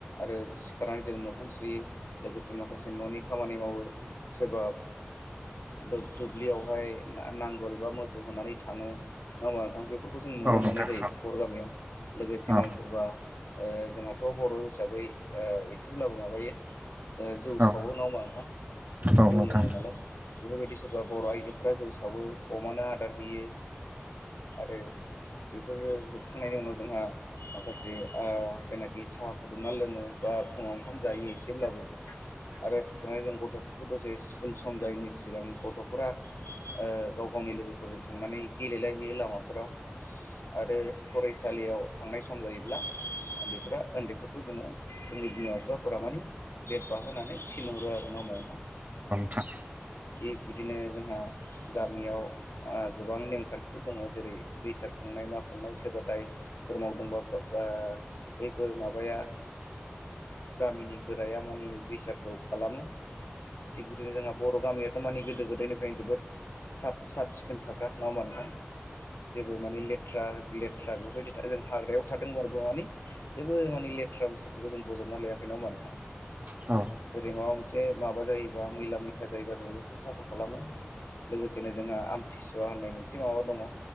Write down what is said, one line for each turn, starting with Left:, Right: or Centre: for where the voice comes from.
Left: आरो खारनानै जों मोखां सुयो लोगोसे माखासे न'नि खामानि मावो सोरबा दुब्लियावहाय नांगोल बा मोसौ होनानै थाङो नङा होनबा नोंथां बेफोरखौ जों नुनो
Right: औ
Left: मोननाय
Right: नोंथां
Left: जायो बर' गामियाव लोगोसेनो
Right: औ नोंथां औ
Left: सोरबा जोंहाथ' बर' हिसाबै एसेब्लाबो माबायो जौ सावो
Right: औ नोंथां औ
Left: नङा होमबा नोंथां
Right: औ नोंथां औ
Left: जौ
Right: नोंथां
Left: लोङो नालाय बेफोरबायदि सोरबा बर' आइजोफोरा जौ सावो अमानो आदार होयो आरो बेफोरो जोबखांनायनि उनाव जोंहा माखासे जायनाखि साहा फुदुंना लोङो बा फुङाव ओंखाम जायो एसेब्लाबो आरो सिखांनानै जों गथ'फोरखौ दसे स्कुल सम जायैनि सिगां गथ'फोरा गाव गावनि लोगोफोरजों थांनानै गेलेलायहैयो लामाफोराव। आरो फरायसालियाव थांनाय सम जायोब्ला उन्दैफोरा उन्दैफोरखौ जोङो जोंनि बिमा बिफाफोरा मानिे बेग बाहोनानै थिनहरो आरो नङा होमबा नोंथां
Right: था
Left: थिग बिदिनो जोंहा गामियाव गोबां नेमखान्थिफोर दङ जेरै दैसार खुंनाय मा खुंनाय सोरबा दाय फोर मावदोंबा बैफोर माबाया गामिनि गोराया माने बिसारखौ खालामो थिग बिदिनो जोंहा बर' गामियाथ' मानि गोदो गोदायनिफ्रायनो जोबोद साब साब सिखोन थाग्रा नङा होनबा नोंथां जेबो माने लेथ्रा लेथ्रा बेफोरबायदि जों हाग्रायाव थादोंबाबो माने। जेबो माने लेथ्रा बुस्थुफोरखौ जों बजबना लायाखै नङा होमबा नोंथां।
Right: औ
Left: जेरै माबा मोनसे माबा जायोबा मैला मैथा जायोबा जों बेफोरखौ साफा खालामो लोगोसेनो जोंहा आमथिसुवा होननाय मोनसे माबा दङ